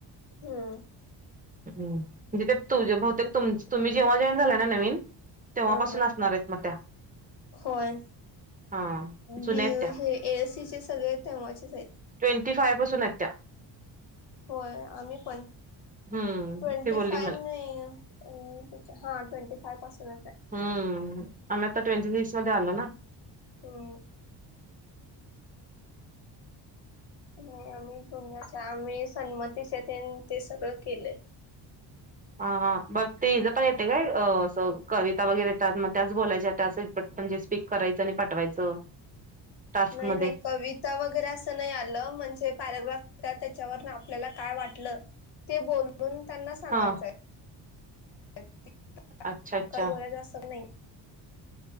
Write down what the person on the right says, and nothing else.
हमम म्हणजे ते तुझे बहुतेक तुम्ही जेव्हा जेव्हा झाला ना नवीन तेव्हापासून
असणार आहेत मग त्या
हा जुन्या
आहेत त्या
ट्वेन्टी फाय पासून आहेत त्या.
हम्म
ती बोलली
मला
हम्म आन आता ट्वेंन्टी सिक्स मध्ये आलो ना.
हा हा बघ ते इथे पण येते काय अस कविता वगैरे येतात मग त्याच बोलायच्या असं त्यात म्हणजे स्पिकरये त्यानी पाठवायचं. टास्क
मध्ये
हा
अच्छा अच्छा